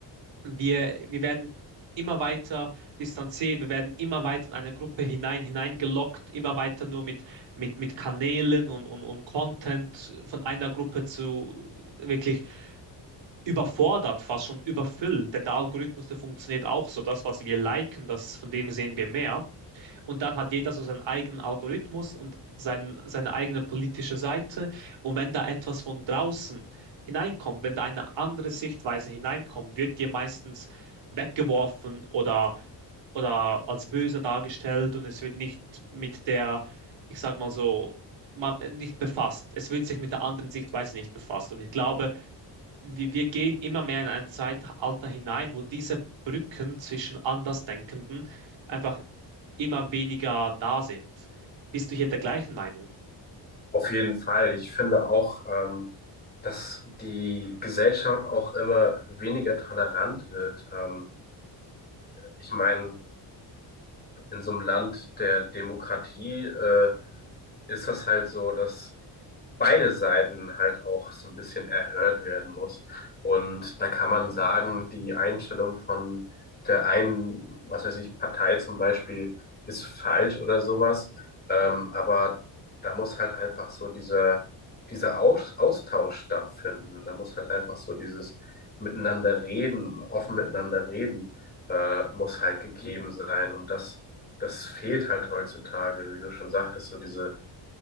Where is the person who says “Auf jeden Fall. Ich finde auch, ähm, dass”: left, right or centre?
Left